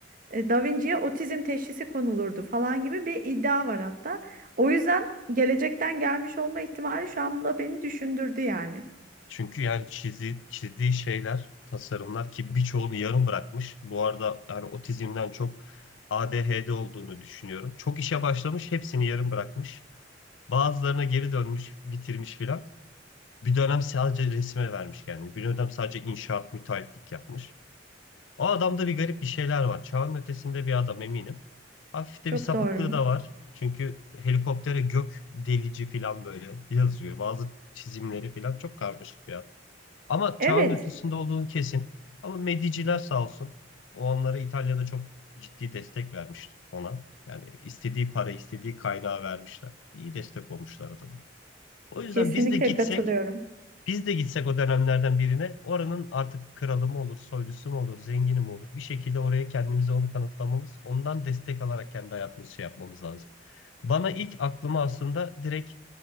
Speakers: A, on the right; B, on the left.
A: e, Da Vinci'ye otizm teşhisi konulurdu falan gibi bir iddia var hatta. O yüzden gelecekten gelmiş olma ihtimali şu anda beni düşündürdü yani.
B: Çünkü yani çizi, çizdiği şeyler, tasarımlar ki birçoğunu yarım bırakmış. Bu arada yani otizmden çok ADHD olduğunu düşünüyorum. Çok işe başlamış, hepsini yarım bırakmış. Bazılarına geri dönmüş, bitirmiş filan. Bir dönem sadece resme vermiş kendini. Bir dönem sadece inşaat, müteahhitlik yapmış. O adamda bir garip bir şeyler var. Çağın ötesinde bir adam eminim. Hafif de
A: Çok
B: bir sapıklığı
A: doğru.
B: da var. Çünkü helikoptere gök delici filan böyle yazıyor. Bazı çizimleri filan çok karmaşık bir adam. Ama
A: Evet,
B: çağın ötesinde olduğunu kesin. Ama Mediciler sağ olsun. O onlara İtalya'da çok ciddi destek vermişti ona. Yani istediği para, istediği kaynağı vermişler. İyi destek olmuşlar adama. O yüzden
A: kesinlikle
B: biz de gitsek,
A: katılıyorum.
B: biz de gitsek o dönemlerden birine oranın artık kralı mı olur, soylusu mu olur, zengini mi olur? Bir şekilde oraya kendimize onu kanıtlamamız, ondan destek alarak kendi hayatımızı şey yapmamız lazım. Bana ilk aklıma aslında direkt